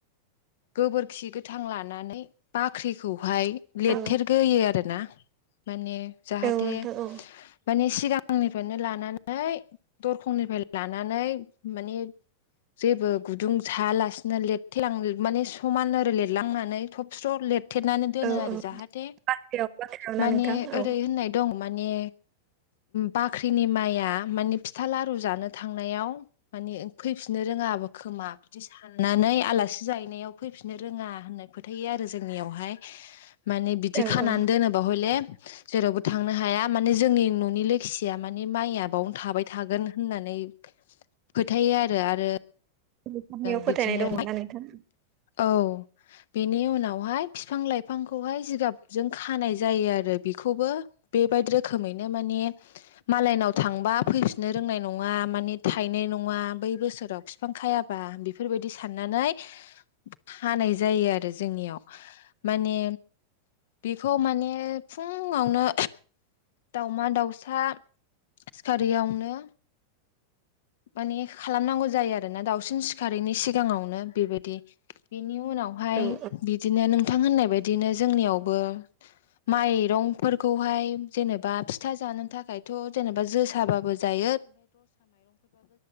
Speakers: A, on the left (about 55°); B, on the right (about 35°).
A: गोबोरखि गोथां लानानै बाख्रिखौहाय लिरथेरग्रोयो
B: औ
A: आरोना माने जाहाथे
B: औ नोंथां औ
A: माने सिगां निफ्रायनो लानानै दरखंनिफ्राय लानानै माने जेबो गुदुं थायालासिनो लेथथेलां माने समान ओर लिरलांनानै थब स्र' लेथ थेेनानै दोनो
B: औ
A: आरो
B: औ
A: जाहाथे
B: बाख्रियाव बाख्रियाव ना
A: माने
B: नोंथां औ
A: ओरै होननाय दं माने बाख्रिनि माइया या माने फिथा लारु जानो थांनायाव माने फैफिननो रोङाबो खोमा बिदि सानो नानै आलासि जायनायाव फैफिननो रोङा होननाय फोथाय आरो जोंनियावहाय माने बिदि
B: औ
A: खानानै
B: औ
A: दोनोबा हले जेरावबो थांनो हाया माने जोंनि न'नि लोखिया माने माइआ बावनो थाबाय थागोन होननानै फोथायो आरो आरो
B: बेफोरनियाव
A: बिदिनो
B: फोथायनाय दङ ना नोंथां?
A: औ बेनि उनावहाय फिफां लाइफांखौहाय जिगाबजों खानाय जायो आरो बेखौबो बेबायदि रोखोमैनो माने मालायनाव थांबा फैफिननो रोंनाय नङा माने गायनाय ना बै बोसोराव बिफां बा बेफोरबायदि साननानै खानाय जायो आरो आरो जोंनियाव माने बेखौ माने फुङावनो दाउमा दाउसा सिखारारियावनो माने खालामनांगौ जायो आरोना दाउसिन सिखारारिैनि सिगाङावनो बेबायदि बिनि उनावहाय
B: बेनि
A: बिदिनो नोंथां होननाय बायदिनो जोंनियावबो माइरंफोरखौहाय जेनेबा फिथा जानो थाखायथ' जेनेबा जोसाबाबो जायो <unintelligible>